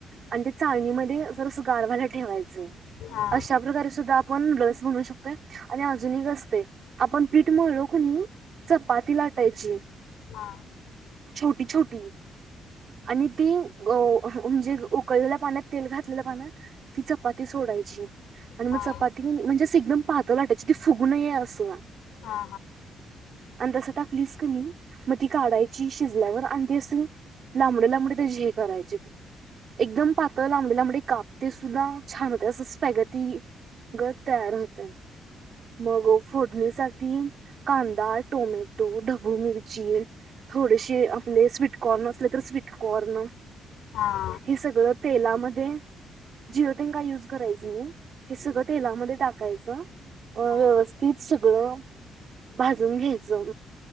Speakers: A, on the right; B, on the left.
A: आणि ते चाळणीमध्ये जरस गारव्ययला ठेवायचं.
B: हा
A: अशा प्रकारे सुद्धा आपण लस म्हनू शकतोय आणि अजून असते आपण पिठ म्हलोकणी. चपाती लाटायची.
B: हा
A: छोटी छोटी आणि ती अ म्हणजे उकळलेल्या पाण्यात तेल घातलेल्या पाण्यात ती चपाती सोडायची. आणि मग
B: हा
A: चपाती म्हणजेच एकदम पातळ लाटायची ती फुगूूनये असं.
B: हा
A: अता <unintelligible> टाकलीस क म मग ती काढायची शिजल्यावर आणि तेी असं लांबडे लांबडे त्या हे करायचे. एकदम पातळ लांबडे लांबडे काप म्हणजे काप ते सुद्धा छान होते असं स्पॅगती गत तयार होते मग फोडणीसाठी कांदा, टोमॅटो, ढबू मिरची थोडेसे आपले स्वीटकॉर्न असले तर स्वीटकॉर्न
B: हा हा
A: हे सगळं तेलामध्ये जिर तेन का यूज करायचं मी हे सगळं तेलामध्ये टाकायचं. अ
B: हा
A: व्यवस्थित सगळं भाजून घ्यायचं